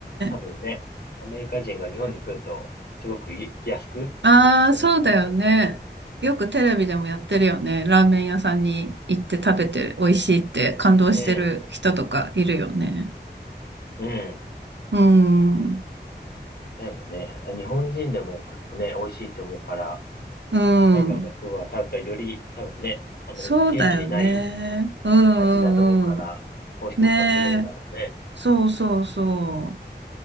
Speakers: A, on the left; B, on the right.
A: 多分ね、
B: え。
A: アメリカ人が日本に来ると、すごくい安く感じるだろ
B: ああ、そうだよね。よくテレビでもやってるよね。ラーメン屋さんに行って食べて美味しいって感動してる人とかいるよね。
A: う。うん。うん。
B: うん。
A: だよね。日本人でも結構ね、美味しいって思うから、
B: うん。
A: 海外の人が食べたらより多分ね、あの、
B: そうだよね。
A: 現地にない
B: うんうんう
A: 味だと思うから、美味しく感じるだろうね。
B: ん。ねえ。そうそうそう。